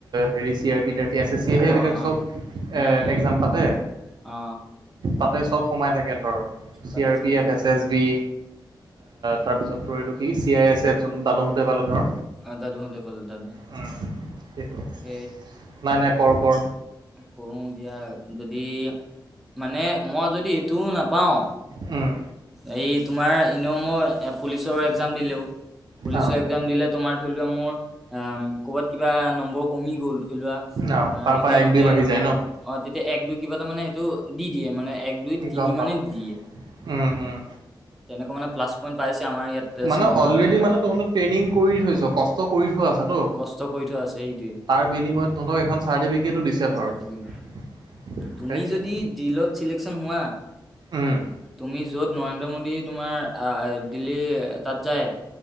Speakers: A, on the right; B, in the centre.
A: হেৰি C R P S S C সে এইবিলাক
B: অ অ অ
A: চব
B: উম উম
A: এক্সাম পাতে।
B: অ
A: তাতে চব সোমাই থাকে ধৰ চি
B: তাতে
A: আৰ
B: চক
A: পি
B: মাৰি
A: এফ এছ এছ বি তাৰপিছত এইটো কি চি আই চেফ বালুহোতে পালো ধৰ
B: অ', দাদু হতে পালে দাদু
A: উ, সেইটো
B: তাকে
A: নাই নাই কৰ কৰ।
B: কৰো দিয়া যদি মানে মই যদি এইটোও নাপাওঁ।
A: উম।
B: এই তোমাৰ এনেও ম ই পুলিচৰ এক্সাম দিলেও পুলিচৰ
A: অ
B: এক্সাম দিলে তোমাৰ ধৰি লোৱা মোৰ অ', কবাত কিবা নম্বৰ কমি গ'ল ধৰি লোৱা
A: অ তাৰ
B: ৰিটেনতে
A: পৰা এক দুই বাঢ়ি
B: নহয়
A: যায় ন
B: অ', তেতিয়া এক দুই কিবাটা মানে সেটো দি দিয়ে মানে এক দুই তিনি
A: গম পালোঁ,
B: মানে দিয়ে
A: উম, উম।
B: তেনেকুৱা মানে প্লাছ পইণ্ট পাইছে আমাৰ ইয়াত ছিনিয়ৰ
A: মানে অলৰেডি
B: এটাই।
A: মানে তহঁতৰ ট্ৰেইনিং কৰি থৈছ কষ্ট কষ্ট কৰি থোৱা আছেতো
B: কষ্ট কৰি থোৱা আছে সেইটোৱে
A: তাৰ বিনিময়ত তহঁতক এখন চাৰ্টিফিকেটো দিছে ধৰ
B: চাৰ্টিফিকেট
A: <inaudible>
B: তুমি
A: সেইটোৱে।
B: যদি ডিলত চিলেকচন হোৱা
A: উম,
B: তুমি য'ত নৰেন্দ্ৰ মোডী তোমাৰ দিল্লীৰ তাত যায়